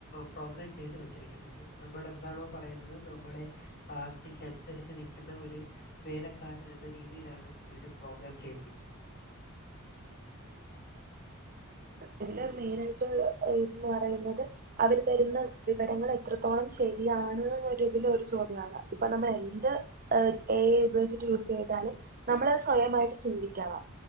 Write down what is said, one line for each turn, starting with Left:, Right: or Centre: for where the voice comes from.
Left: പ്രോഗ്രാം ചെയ്ത് വെച്ചിരിക്കുന്നത് നമ്മൾ എന്താണോ പറയുന്നത് നമ്മളെ ആജ്ഞക്ക് അനുസരിച്ച് നിൽക്കുന്ന ഒരു വേലക്കാരൻ എന്ന രീതിയിലാണ് ഇതിന് പ്രോഗ്രാം ചെയ്തിരിക്കുന്നത്
Right: ഇതില് മെയിനായിട്ട് പറയുന്നത് അവര് തരുന്ന വിവരങ്ങൾ എത്രത്തോളം ശരിയാണ് എന്ന രീതിയില് ഒരു ചോദ്യമാണ് ഇപ്പൊ നമ്മൾ എന്ത് എ ഐ ഉപയോഗിച്ചിട്ട് യൂസ് ചെയ്താലും നമ്മളത് സ്വയമായിട്ട് ചിന്തിക്കണം